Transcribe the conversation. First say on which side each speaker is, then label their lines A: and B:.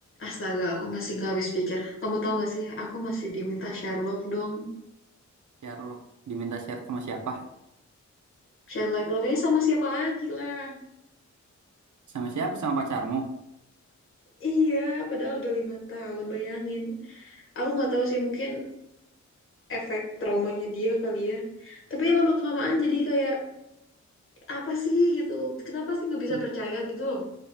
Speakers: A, on the left; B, on the right.
A: Astaga, aku masih gak habis pikir. Kamu tahu gak sih, aku masih diminta Sherlock dong.
B: Sherlock diminta share sama siapa?
A: Sherlock Sherlocknya sama siapa lagi lah.
B: Sama siapa? Sama pacarmu.
A: Iya, padahal udah lima tahun, bayangin. Aku nggak tahu sih, mungkin efek traumanya dia kali ya. Tapi lama-kelamaan jadi kayak, apa sih gitu? Kenapa sih nggak bisa
B: <laughs>
A: percaya gitu loh?